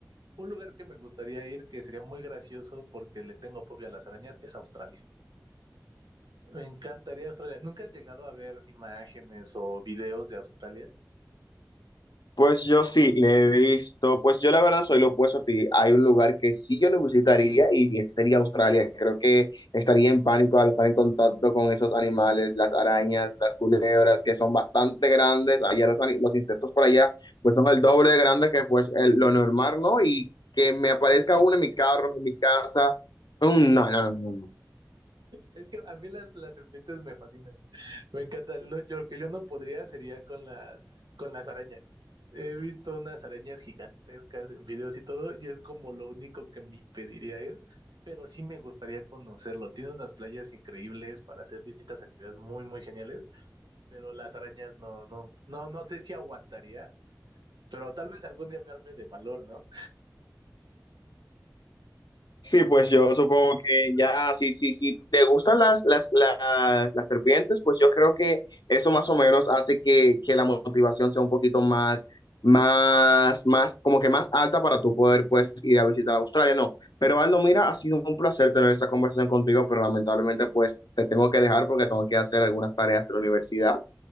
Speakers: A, on the right; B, on the left.
A: un lugar que me gustaría ir que sería muy gracioso porque le tengo fobia a las arañas es Australia. Me encantaría Australia. ¿Nunca has llegado a ver imágenes o videos de Australia?
B: Pues yo sí, le he visto, pues yo la verdad soy lo opuesto a ti. Hay un lugar que sí yo lo visitaría y ese sería Australia. Creo que estaría en pánico al estar en contacto con esos animales, las arañas, las culebras, que son bastante grandes. Allá los, ani- los insectos por allá, pues son el doble de grandes que pues el- lo normal, ¿no? Y que me aparezca
A: <laughs>
B: uno en mi carro, en mi casa. Mm, No, no, no, no. no.
A: Es que a mí las, las serpientes me fascinan. Me encantan. Lo, yo- lo que yo no podría sería con las, con las arañas. He visto unas arañas gigantescas en videos y todo, y es como lo único que me impediría ir, pero sí me gustaría conocerlo. Tiene unas playas increíbles para hacer distintas actividades muy, muy geniales, pero las arañas no, no, no, no sé si aguantaría, pero tal vez algún día me arme de valor, ¿no?
B: Sí, pues yo supongo que ya, si, si, si te gustan las, las, las, las serpientes, pues yo creo que eso más o menos hace que, que la motivación sea un poquito más, más, más, como que más alta para tú poder pues ir a visitar Australia, no. Pero Aldo, mira, ha sido un placer tener esta conversación contigo, pero lamentablemente pues te tengo que dejar porque tengo que hacer algunas tareas de la universidad,